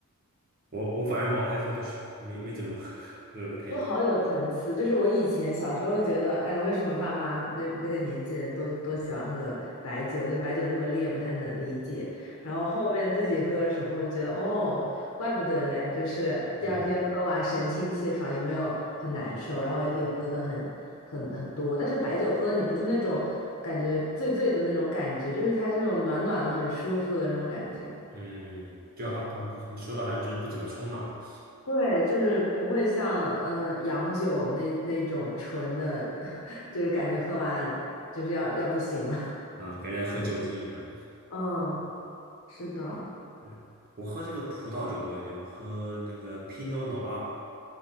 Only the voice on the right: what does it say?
我我反而茅台喝的少，没没怎么喝喝太多。
嗯
<laughs> 嗯就好。你你说的好像就是不怎么冲脑。
啊，感觉在喝酒精一样。
嗯，我喝这个葡萄酒多一点，我喝那个 Pinot Noir，